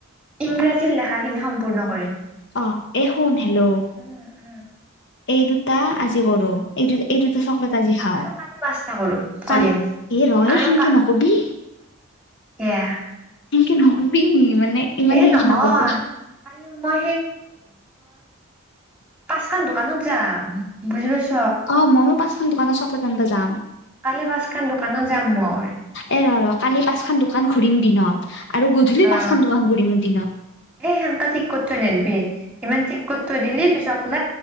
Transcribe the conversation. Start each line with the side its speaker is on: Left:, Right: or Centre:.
Centre: ইংৰাজী লেখাখিনি স ম্পূৰ্ণ কৰিম
Left: অ এই শুন হেল্ল'
Centre: উম উম।
Left: এই দুটা আজি কৰো এইটো এই দুটা চ আজি খাও
Centre: আৰু কালি পাঁচটা কৰো কৰিম
Left: কালি এ ৰ
Centre: আৰু
Left: এ সেনকে
Centre: কা
Left: নকবি।
Centre: এয়া
Left: সেনেকে নকবি মানে ইমান
Centre: এই
Left: সেইকে
Centre: নহয়
Left: নকবি।
Centre: কালি মই পাচ খন দোকানত যাম বুজি পাইছ
Left: অ ময়ো পাঁচখন দোকানত চকলেট আনবা যাম।
Centre: কালি পাঁচখন দোকানত যাম মই
Left: এ ৰ ৰ কালি পাচ খন দোকান ঘুৰিম দিনত। আৰু গধূলি
Centre: অ'।
Left: পাঁচখন দোকান ঘূৰিম দিনত।
Centre: এ সেনকা ঠিক কত থৈ নেদবি ইমান ঠিক কত থৈ দিলি পিছক